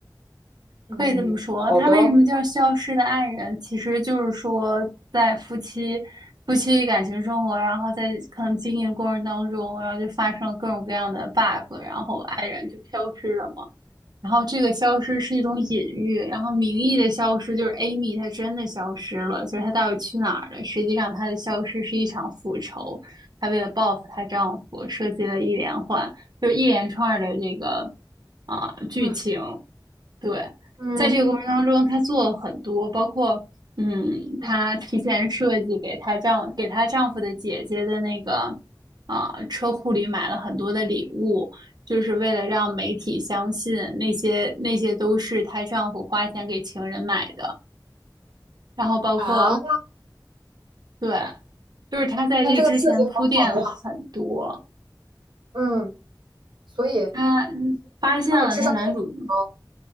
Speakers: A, on the right; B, on the right.
A: 嗯，
B: 可以这么说。
A: 好的。
B: 他为什么叫消失的爱人？其实就是说在夫妻夫妻感情生活，然后在可能经营的过程当中，然后就发生了各种各样的 bug，然后爱人就消失了嘛。然后这个消失是一种隐喻，然后名义的消失就是 Amy 她真的消失了，就是她到底去哪儿了？实际上她的消失是一场复仇，她为了报复她丈夫设计了一连环，就是一连串的这个啊、剧情，
A: 嗯
B: 对，
A: 嗯
B: 在这个过程当中，她做了很多，包括嗯，
A: 嗯
B: 她提前设计给她丈给她丈夫的姐姐的那个啊、呃车库里买了很多的礼物，就是为了让媒体相信那些那些都是她丈夫花钱给情人买的，然后包括
A: 啊，
B: 对，就是她在这之前铺垫了很多，
A: 那这个设计好巧妙。嗯，所以。
B: 她发现了她男主
A: 她的智商都很高。